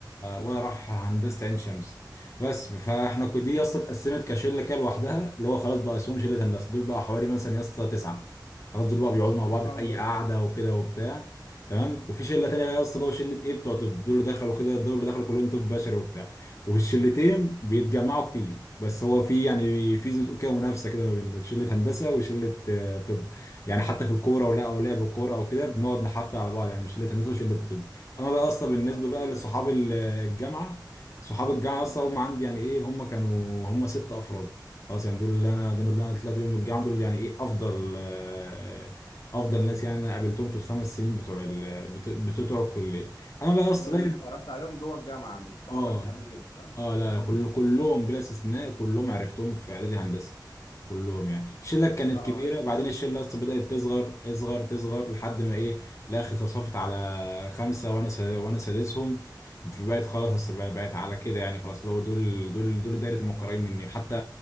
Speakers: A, on the left (about 40°); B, on the left (about 70°).
A: وراح هندسة عين شمس بس فاحنا كو- دي يا اسطى اتقسمت كشله كده لوحدها اللي هو خلاص بقى اسمهم شله هندسه دول بقى حوالي مثلا يا اسطى تسعه خلاص دول بقى بيقعدوا مع
B: ما
A: بعض
B: شاء
A: في اي
B: الله
A: قعده وكده وبتاع تمام وفي شله تانيه بقى يا اسطى اللي هو شله ايه بتوع طب دول اللي دخلوا كده دول اللي دخلوا كلهم طب بشري وبتاع وفي الشلتين بيتجمعوا كتير بس هو في يعني في زي ما تقول كده منافسه كده ما بين شله هندسه وشله آه، طب يعني حتى في الكوره ولا او لعب الكوره او كده بنقعد نحفل على بعض يعني شله هندسه وشله طب اما بقى اصلا بالنسبه
B: الله
A: بقى
B: يسلمك
A: لصحاب الجامعه صحاب الجامعه
B: امم
A: اصلا هم عندي يعني ايه هم كانوا هم ست افراد خلاص يعني دول اللي انا دول اللي انا طلعت بيهم من الجامعه دول يعني ايه افضل آه، افضل ناس يعني انا قابلتهم في الخمس سنين بتوع ال- بت- بتوع الكليه انا بقى يا اسطى
B: دول
A: داير
B: اللي انت اتعرفت عليهم جوه الجامعه مش صحابك
A: اه
B: من قبل كده فاهم
A: اه لا
B: امم
A: كل كلهم بلا استثناء كلهم عرفتهم في اعدادي هندسه كلهم يعني الشله كانت
B: اه
A: كبيره بعدين الشله اصلا بدات تصغر اصغر تصغر لحد ما ايه في الاخر توصفت على خمسه وانا س- وانا سادسهم فبقت خلاص أصل بق- بقت على كده يعني خلاص اللي هو دول دول دول دايره المقربين مني حتى